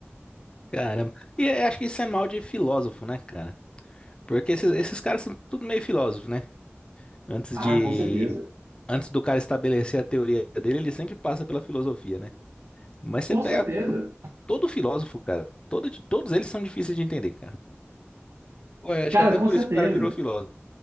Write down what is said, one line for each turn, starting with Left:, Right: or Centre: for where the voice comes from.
Left: Caramba. E é- acho que isso é mal de filósofo, né, cara? Porque esses, esses caras são tudo meio filósofos, né? Antes
Right: Ah,
Left: de,
Right: com certeza.
Left: antes do cara estabelecer a teoria dele, ele sempre passa pela filosofia, né? Mas você
Right: Com
Left: pega
Right: certeza.
Left: co- todo filósofo, cara. Todo, de- todos eles são difíceis de entender, cara. Pô, eu acho
Right: Cara,
Left: que até
Right: com
Left: por
Right: certeza.
Left: isso que o cara virou filósofo.